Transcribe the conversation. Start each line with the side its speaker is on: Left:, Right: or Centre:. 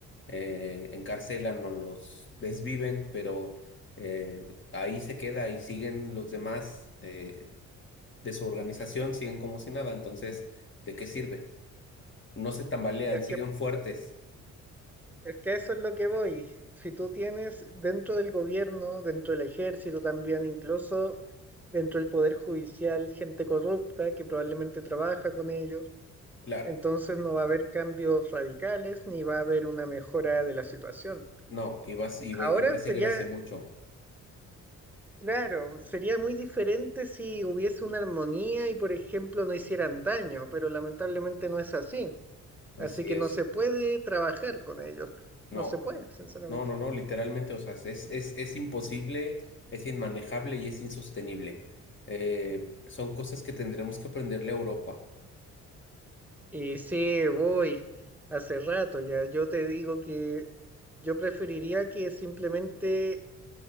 Left: eh, encarcelan o los desviven, pero eh, ahí se queda y siguen los demás. eh, de su organización siguen como si nada, entonces, ¿de qué sirve? No se tambalean,
Centre: es
Left: siguen
Centre: que
Left: fuertes.
Centre: Es que eso es lo que voy. Si tú tienes dentro del gobierno, dentro del ejército también, incluso dentro del poder judicial, gente corrupta que probablemente trabaja con ellos,
Left: Claro,
Centre: entonces no va a haber cambios radicales ni va a haber una mejora de la situación.
Left: no, y vas, y va,
Centre: Ahora
Left: y va a
Centre: sería,
Left: seguir hace mucho.
Centre: claro, sería muy diferente si hubiese una armonía y, por ejemplo, no hicieran daño, pero lamentablemente no es así.
Left: Así
Centre: Así que
Left: es.
Centre: no se puede trabajar con ellos.
Left: No,
Centre: No se puede, sinceramente.
Left: no, no, no, literalmente, o sea, es, es, es imposible, es inmanejable y es insostenible. Eh, son cosas que tendremos que aprenderle a Europa.
Centre: Y sí, voy. Hace rato ya. Yo te digo que yo preferiría que simplemente